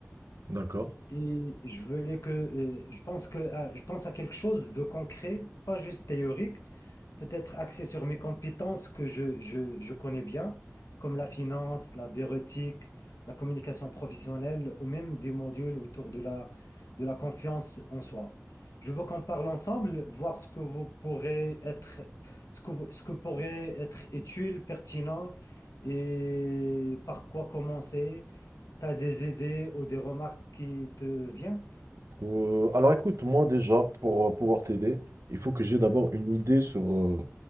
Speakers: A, on the right (about 70°); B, on the left (about 80°).
A: d'accord.
B: Et je voulais que, euh, je pense que, à- je pense à quelque chose de concret, pas juste théorique peut-être axé sur mes compétences que je, je, je connais bien, comme la finance, la bureautique, la communication professionnelle ou même des modules autour de la, de la confiance en soi. Je veux qu'on parle ensemble, voir ce que vous pourrez être, ce que, vous- ce que pourrait être utile, pertinent et par quoi commencer. Tu as des idées ou des remarques qui te viennent?
A: Euh, alors écoute, moi déjà, pour euh, pouvoir t'aider, il faut que j'ai d'abord une idée sur, euh,